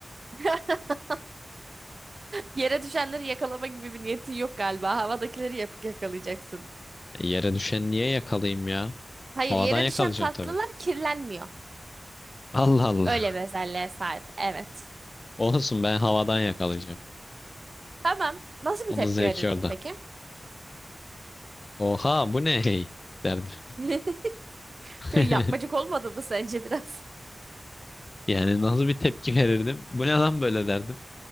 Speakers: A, on the right; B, on the left.
A: <laughs> Yere düşenleri yakalama gibi bir niyetin yok galiba. Havadakileri yapıp yakalayacaksın.
B: E, Yere düşen niye yakalayayım ya?
A: Hayır
B: Havadan
A: yere
B: yakalayacağım
A: düşen tatlılar
B: tabii.
A: kirlenmiyor.
B: Allah Allah.
A: Öyle bir özelliğe sahip. Evet.
B: <laughs> Olsun ben havadan yakalayacağım.
A: Tamam. Nasıl
B: Onun
A: bir tepki
B: zevki
A: verirdin
B: orada.
A: peki?
B: Oha bu ne hey derdim.
A: <laughs>
B: <laughs>
A: Çok yapmacık olmadı mı sence biraz?
B: Yani nasıl bir tepki verirdim? Bu ne lan böyle derdim.